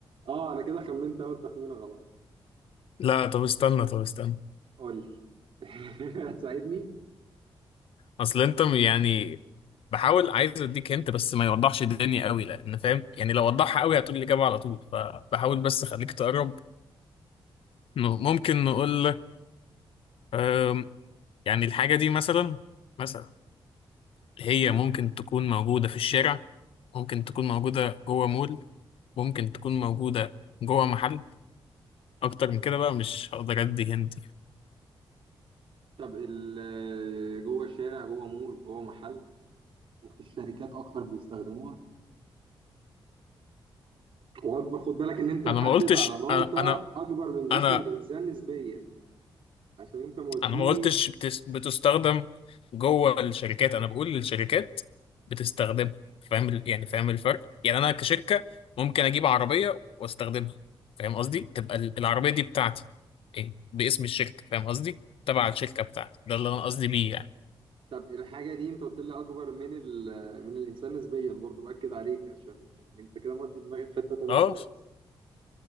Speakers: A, on the right; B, on the left.
A: اه انا كده خمنت اول تخمينه غلط
B: لا طب استنى طب استنى
A: قول لي <laughs> هتساعدني
B: اصل انت يعني بحاول عايز اديك هنت بس ما يوضحش الدنيا قوي لان فاهم يعني لو وضحها قوي هتقول الاجابه على طول فبحاول بس اخليك تقرب ن- ممكن نقول أم، يعني الحاجه دي مثلا مثلا هي ممكن تكون موجوده في الشارع ممكن تكون موجوده جوه مول ممكن تكون موجوده جوه محل اكتر من كده بقى مش هقدر ادي هنت يعني.
A: طب ال- جوه الشارع جوه مول جوه محل وفي الشركات اكتر بيستخدموها واكبر خد بالك ان انت محدد
B: انا ما قلتش
A: عضلاته
B: انا انا
A: اكبر من جسم
B: انا
A: الانسان نسبيا عشان انت موديني
B: أنا ما قلتش بتس- بتستخدم جوه الشركات انا بقول للشركات بتستخدمها فاهم ال- يعني فاهم الفرق يعني انا كشركة ممكن اجيب عربية واستخدمها فاهم قصدي تبقى ال- العربية دي بتاعتي إيه؟ باسم الشركة فاهم قصدي تبع الشركة بتاعتي ده اللي انا قصدي بيه يعني
A: طب الحاجه دي انت قلت لي اكبر من ال... من الانسان نسبيا برضو باكد عليك عشان يعني انت كده مودي دماغي في حته تانيه
B: اه
A: خالص